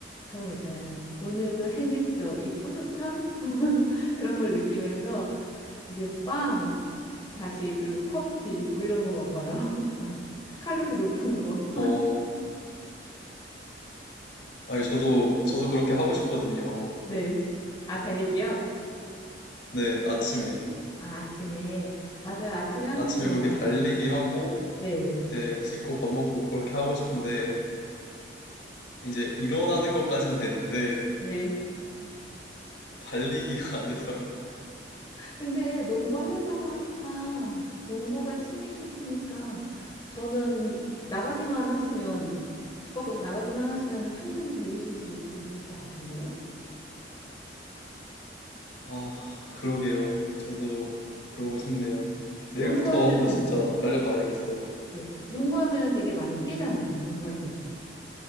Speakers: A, on the left (about 25°); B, on the left (about 75°).
A: 그런 거 있잖아요. 오늘도 해냈어. 이 뿌듯함? <laughs> 그런 걸 느끼면서 이제 빵, 다시 그리고 커피 뭐 이런 거 먹어요. <laughs> 칼로리 높은 거.
B: 어, 아니, 저도, 저도 그렇게 하고 싶거든요.
A: 네. 아, 달리기요?
B: 네, 아침에.
A: 아, 아침에. 맞아요. 아침에 하는
B: 아침에
A: 거 괜찮아요.
B: 그렇게 달리기 하고,
A: 네.
B: 예, 씻고 밥 먹고 그렇게 하고 싶은데, 이제 일어나는 것까진 되는데,
A: 네.
B: 달리기가 안 되더라고요.
A: 근데 농구하셨다고 하니까 농구가 취미셨으니까 저는 나가기만 하시면 집 밖으로 나가기만 하시면은 충분히 달리실 수 있을 것 같은데요.
B: 아, 그러게요. 저도 그러고 싶네요. 내일부터
A: 농구하면은
B: 한번 진짜 달려봐야겠어요.
A: 네, 농구하면은 되게 많이 뛰잖아요. 농구할 때도.